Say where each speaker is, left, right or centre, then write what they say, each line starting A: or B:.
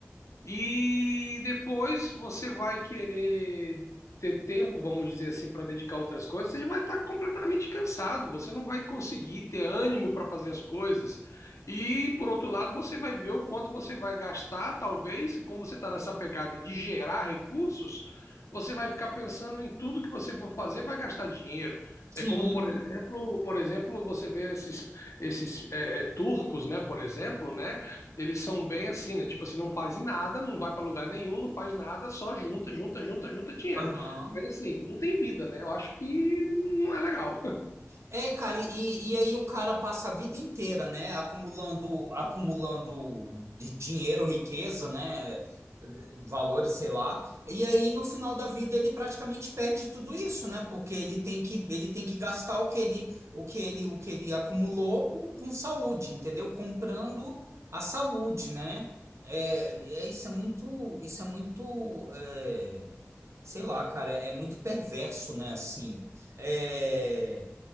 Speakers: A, on the left; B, on the right.
A: E depois você vai querer ter tempo, vamos dizer assim, para dedicar a outras coisas, você já vai estar completamente cansado, você não vai conseguir ter ânimo para fazer as coisas. E por outro lado, você vai ver o quanto você vai gastar, talvez, e como você está nessa pegada de gerar recursos, você vai ficar pensando em tudo que você for fazer, vai gastar dinheiro. É
B: Sim.
A: como, por exemplo, por exemplo, você vê esses, esses é, é, turcos, né, por exemplo, né? eles são bem assim, né? Tipo assim, não faz nada, não vai pra lugar nenhum, não faz nada, só junta, junta, junta, junta dinheiro.
B: Aham.
A: Mas assim, não tem vida, né? Eu acho que não é legal. <laughs>
B: É, cara, e, e aí o cara passa a vida inteira, né, acumulando, acumulando de dinheiro, riqueza, né, valores, sei lá. E aí no final da vida ele praticamente perde tudo isso, né, porque ele tem que, ele tem que gastar o que ele, o que ele, o que ele acumulou com, com saúde, entendeu? Comprando a saúde, né? É, e é, isso é muito, isso é muito, é, sei lá, cara, é muito perverso, né, assim. É,